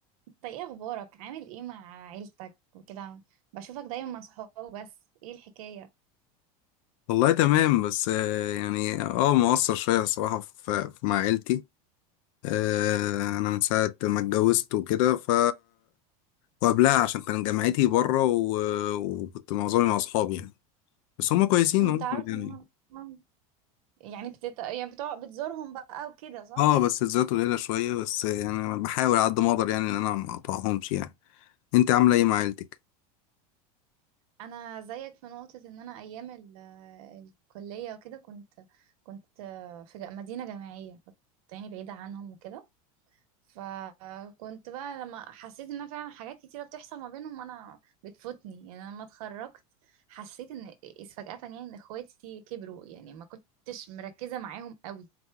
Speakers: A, on the right; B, on the left.
A: طيب ايه اخبارك عامل ايه مع عيلتك وكده بشوفك دايما مع صحابه بس ايه الحكاية
B: والله تمام بس آه، يعني اه مقصر شوية الصراحة في في- مع عيلتي آه، أنا من ساعة ما اتجوزت وكده ف وقبلها عشان كان جامعتي بره و... وكنت معظمي مع أصحابي يعني بس هما كويسين
A: أم،
B: هم
A: تعرف
B: يعني
A: ان انا يعني بتت... يعني بتوع... بتزورهم بقى وكده صح
B: اه بس الذات قليلة شوية بس يعني أنا بحاول على قد ما أقدر يعني إن أنا ما أقطعهمش يعني أنت عاملة إيه مع عيلتك؟
A: انا زيك في نقطة ان انا ايام ال... الكلية وكده كنت كنت في ج- مدينة جامعية كنت يعني بعيدة عنهم وكده فكنت بقى لما حسيت ان أنا فعلا حاجات كتيره بتحصل ما بينهم انا بتفوتني يعني انا لما اتخرجت حسيت ان إذ فجأة يعني ان اخواتي كبروا يعني ما كنتش مركزه معاهم قوي